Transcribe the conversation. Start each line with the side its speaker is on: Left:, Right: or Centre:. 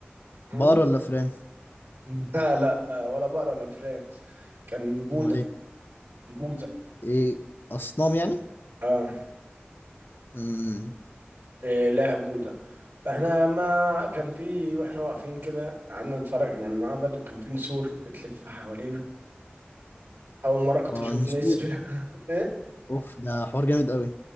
Right: م?
Left: بقر ولا فران
Right: <laughs> لا لا آه، ولا بقرة ولا فران كان بوذا
Left: امال ايه
Right: بوذا
Left: ايه اصنام يعني
Right: اه
Left: امم
Right: إله بوذا فاحنا ما كان في واحنا واقفين كده قعدنا نتفرج على المعبد وكان في نسور بتلف حوالينا أول مرة كنت
Left: اه
Right: أشوف
Left: نسور
Right: نسر <laughs> إيه؟
Left: اوف ده حوار جامد قوي